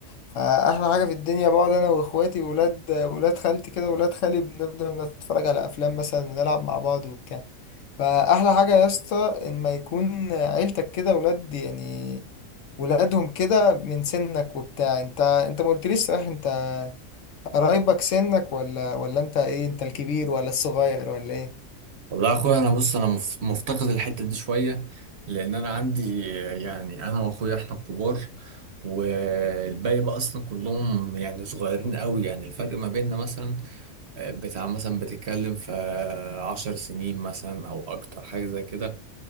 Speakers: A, on the left; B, on the right.
A: فأحلى حاجة في الدنيا بقعد أنا وإخواتي وولاد ولاد خالتي كده ولاد خالي بنفضل نتفرج على أفلام مثلا ونلعب مع بعض وبتاع فأحلى حاجة يا اسطى إن ما يكون عيلتك كده ولاد يعني ولادهم كده من سنك وبتاع انت انت ما قلتليش صحيح انت قرايبك سنك ولا ولا انت ايه انت الكبير ولا الصغير ولا ايه
B: والله يا اخويا انا بص انا مف- مفتقد الحتة دي شوية لان انا عندي آه، يعني انا واخويا احنا الكبار والباقي بقى اصلا كلهم يعني صغيرين قوي يعني الفرق ما بيننا مثلا آه، بتاع مثلا بتتكلم في عشر سنين مثلا او اكتر حاجة زي كده